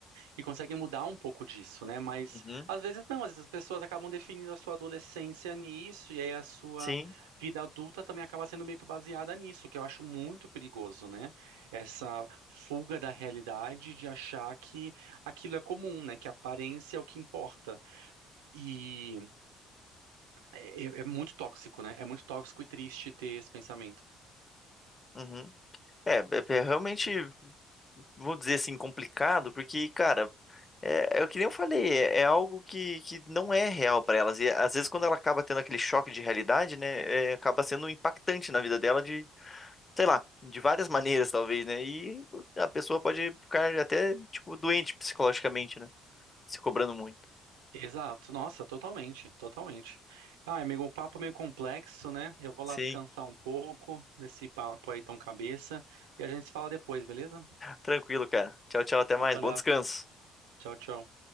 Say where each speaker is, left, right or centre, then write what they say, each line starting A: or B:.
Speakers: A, on the right (about 85°); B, on the left (about 25°).
A: e conseguem mudar um pouco disso, né? Mas
B: Uhum,
A: às vezes não, às vezes as pessoas acabam definindo a sua adolescência nisso, e aí a sua
B: sim.
A: vida adulta também acaba sendo meio que baseada nisso, que eu acho muito perigoso, né? Essa fuga da realidade de achar que aquilo é comum, né? Que a aparência é o que importa. E é, é- é muito tóxico, né? É muito tóxico e triste ter esse pensamento.
B: Uhum. É, é, é realmente, vou dizer assim, complicado, porque, cara, é, é o que nem eu falei, é, é algo que, que não é real pra elas. E às vezes, quando ela acaba tendo aquele choque de realidade, né, é, acaba sendo impactante na vida dela sei lá, de várias maneiras, talvez, né? E a pessoa pode ficar até, tipo, doente psicologicamente, né? Se cobrando muito.
A: Exato, nossa, totalmente, totalmente. Ah, amigo, um papo é meio complexo, né? Eu vou lá
B: Sim,
A: descansar um pouco desse papo aí tão cabeça e a gente se fala depois, beleza?
B: tranquilo, cara. Tchau, tchau, até mais.
A: Abraço,
B: Bom descanso.
A: tchau, tchau.